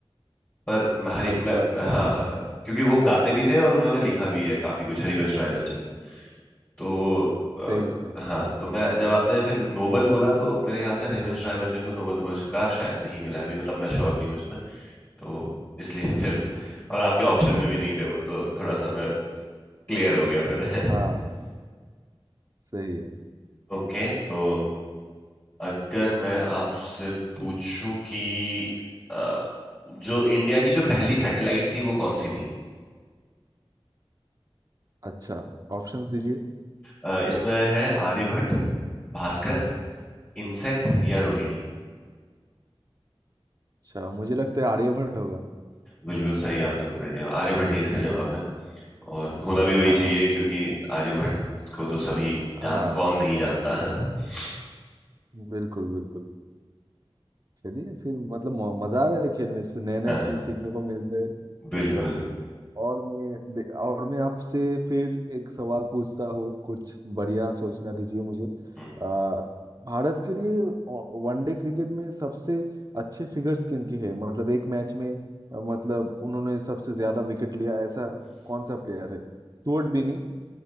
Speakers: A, on the left; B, on the right.
A: पर हरि
B: अच्छा
A: मैं
B: अच्छा
A: मैं- हाँ
B: हाँ हाँ
A: क्योंकि वो गाते भी थे और उन्होंने लिखा भी है काफी कुछ हरिवंश राय बच्चन तो अ,
B: सही सही
A: हाँ तो मैं जब आपने फिर नोबल बोला तो मेरे ख्याल से हरिवंश राय बच्चन को नोबल पुरस्कार शायद नहीं मिला है अभी मतलब मैं श्योर नहीं हूँ इसमें तो इसलिए <laughs> फिर और आपके ऑप्शन में भी नहीं थे वो तो थोड़ा सा मैं क्लियर हो गया फिर <laughs>
B: हाँ हाँ सही है
A: ओके तो अगर मैं आपसे पूछूं कि अ, जो इंडिया की जो पहली सैटेलाइट थी वो कौन सी थी
B: अच्छा ऑप्शंस दीजिए
A: अ, इसमें है आर्यभट्ट भास्कर इनसेट या रोहिणी
B: अच्छा मुझे लगता है आर्यभट्ट होगा
A: बिल्कुल सही आपने पकड़ लिया आर्यभट्ट ही इसका जवाब है और होना भी वही
B: हाँ
A: चाहिए क्योंकि आर्यभट्ट को तो सभी जान
B: हाँ
A: कौन नहीं जानता <laughs>
B: बिल्कुल बिल्कुल चलिए फिर मतलब म- मजा आ रहा है खेल में इससे नए नए
A: हाँ,
B: चीज सीखने को मिल रहे
A: बिल्कुल
B: मतलब और मैं बे- और मैं आपसे फिर एक सवाल पूछता हूँ कुछ बढ़िया सोचना दीजिए मुझे
A: हम्म,
B: आ, भारत के लिए वनडे क्रिकेट में सबसे अच्छे फिगर्स किन के हैं मतलब एक मैच में अ, मतलब उन्होंने सबसे ज्यादा विकेट लिया ऐसा कौन सा प्लेयर है स्टुअर्ट बिनी